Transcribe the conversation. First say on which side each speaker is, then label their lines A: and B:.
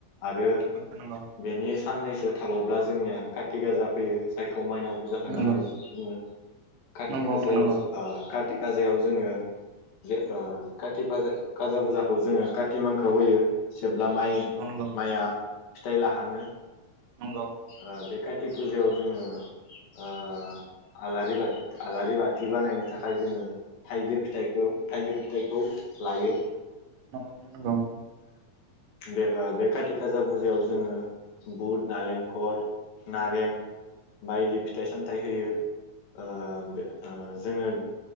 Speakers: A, on the left; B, on the right.
A: आरो
B: नंगौ
A: बेनि साननैसो थाबावब्ला जोंनिया कार्ति गाजा फैयो जायखौ माइनाव फुजा होननानै
B: नंगौ
A: बुङो काति
B: नोंथां
A: काजायाव
B: नंगौ
A: ओ कात काति गाजायाव जोङो जे ओ खाजाजा बुरजा खौ जोङो काति मांखौआव होयो जेब्ला
B: नंगौ
A: माइ
B: नंगौ नोंथां नंगौ
A: माइआ फिथाइ लाहाङो
B: नंगौ नोंथां नंगौ नंगौ
A: ओ बे काति फुजायाव जोङो ओ आलारि बाथि आलारि बाथि बानायनो थाखाय जोङो थाइगिर फिथाइखौ थाइगिर फिथाइखौ लायो।
B: नंगौ नोंथां नंगौ
A: बे बे काति खाजा फुजायाव जोङो बुध नालेंखर नारें बायदि फिथाइ सामथाइ होयो। ओ ओ जोङो